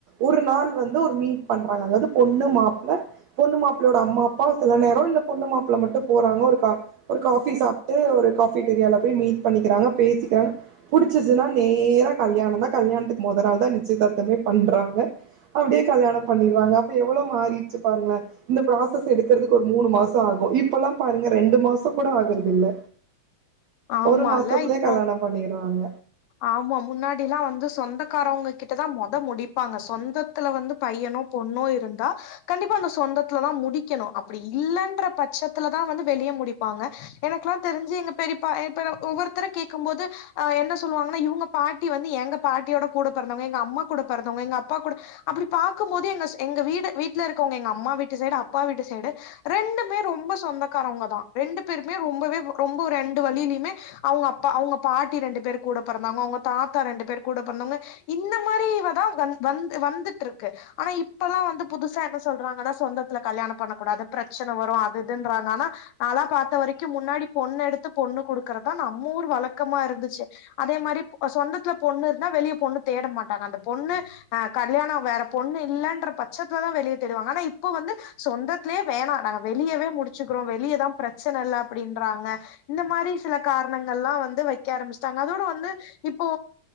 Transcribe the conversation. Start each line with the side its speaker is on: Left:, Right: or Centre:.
Right: ஒரு நாள் வந்து ஒரு மீட் பண்றாங்க அதாவ்து பொண்ணு மாப்ள பொண்ணு மாப்ளயோட அம்மா அப்பா சில நேரோ இல்ல பொண்ணு மாப்ள மட்டு போறாங்க ஒரு கா ஒரு காஃபி சாப்ட்டு ஒரு காஃபி டெரியால போய் மீட் பண்ணிக்கிறாங்க பேசிக்கிறாங்க புடிச்சிச்சுனா நேரா கல்யாணந்தா கல்யாணத்துக்கு மொத நாள் தான் நிச்சியதார்த்தமே பண்றாங்க அப்டியே கல்யாணம் பண்ணிர்வாங்க அப்ப எவுளோ மாறிர்ச்சு பாருங்ள இந்த ப்ராசஸ் எடுக்குறதுக்கு ஒரு மூணு மாசோ ஆகு இப்பலா பாருங்க ரெண்டு மாசோ கூட ஆகுறதில்ல
Left: ஆமால்ல
Right: ஒரு மாசத்லே
Left: இப்போ
Right: கல்யாண பண்ணிறாங்க
Left: ஆமா முன்னாடிலா வந்து சொந்தக்காரவ்ங்க கிட்டதா மொத முடிப்பாங்க சொந்த த்துல வந்து பையனோ பொண்ணோ இருந்தா கண்டிப்பா அந்த சொந்தத்துலதா முடிக்கணு அப்டி இல்லன்ற பட்சத்துலதா வந்து வெளிய முடிப்பாங்க எனக்குலா தெரிஞ்சு எங்க பெரிப்பா இப்ப ஒவ்வொருத்தர கேட்கு போது அஹ் என்ன சொ சொல்லுவாங்கன்னா இவங்க பாட்டி வந்து எங்க பாட்டியோட கூட பொறந்தவங்க எங்க அம்மா கூட பொறந்தவங்க எங்க அப்பா கூட அப்டி பாக்கும்போது எங்க எங்க வீடு வீட்டுல இருக்கவங்க எங்க அம்மா வீட்டு சைடு அப்பா வீட்டு சைடு ரெண்டுமே ரொம்ப சொந்தக்காரங்க தா ரெண்டு பேருமே ரொம்பவே ரொம்ப ரெண்டு வழியிலயுமே அவுங்க அப்பா அவுங்க பாட்டி ரெண்டு பேர் கூட பொறந்தவுங்க அவுங்க தாத்தா ரெண்டு பேர் கூட பொறந்தவுங்க இந்த மாரில தா வந் வந்து வந்துட்ருக்கு ஆனா இப்பல்லா வந்து புதுசா என்ன சொல்றாங்கன்னா சொந்தத்துல கல்யாணோ பண்ணக்கூடாது பிரச்சன வரு அது இதுன்றாங்க ஆனா நாலா பாத்த வரைக்கு முன்னாடி பொண்ணு எடுத்து பொண்ணு குடுக்கறதா நம்ம ஊரு வழக்கமா இருந்துச்சு அதே மாரி சொந்தத்துல பொண்ணு இருந்தா வெளிய பொண்ணு தேட மாட்டாங்க அந்த பொண்ணு அஹ் கல்யாணோ வேற பொண்ணு இல்லன்ற பட்சத்துலதாவெளிய தேடுவாங்க ஆனா இப்ப வந்து சொந்தத்துலே வேணா நாங்க வெளியவே முடிச்சுக்குறோ வெளியதா பிரச்சன இல்ல அப்டின்றாங்க இந்த மாரி சில காரணங்கல்லா வந்து வைக்க ஆரம்பிச்சிட்டாங்க அதோட வந்து இப்போ